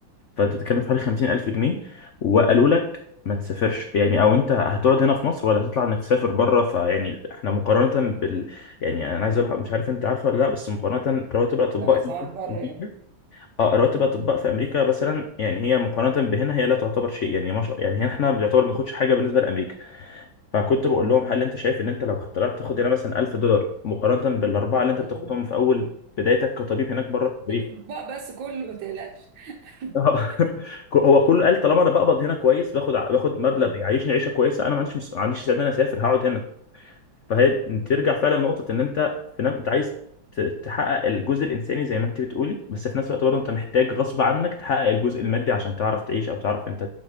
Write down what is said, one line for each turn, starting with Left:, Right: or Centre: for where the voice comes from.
Left: فأنت بتتكلم في حوالي 50000 جنيه وقالوا لك ما تسافرش يعني أو أنت هتقعد هنا في مصر ولا هتطلع إنك تسافر بره فيعني إحنا مقارنة بال يعني أنا عايز أقول لك- مش عارف أنت عارفه ولا لأ بس مقارنة رواتب الأطباء
Right: بأسعار
Left: هنا في
Right: بره
Left: أمريكا
Right: يعني
Left: اه رواتب الاطباء في امريكا مثلا يعني هي مقارنه بهنا هي لا تعتبر شيء يعني ما شاء يعني هنا احنا بنعتبر ما بناخدش حاجه بالنسبه لامريكا فكنت بقول لهم هل انت شايف ان انت لو طلعت تاخد هنا مثلا 1000 دولار مقارنه بالاربعه اللي انت
Right: مم.
Left: بتاخدهم في اول بدايتك كطبيب هناك بره في امريكا
Right: بقى بس كله ما تقلقش <laughs>
Left: آه. <laughs> هو كله قال طالما انا بقبض هنا كويس باخد باخد مبلغ
Right: مم.
Left: يعيشني عيشه كويسه انا ما عنديش مس... ما عنديش استعداد إن انا اسافر هقعد هنا فهي ترجع فعلا لنقطة إن أنت في نفس أنت عايز ت- تحقق الجزء الإنساني زي ما أنت بتقولي بس في نفس الوقت برضه أنت محتاج غصب عنك تحقق الجزء المادي عشان تعرف تعيش أو تعرف أنت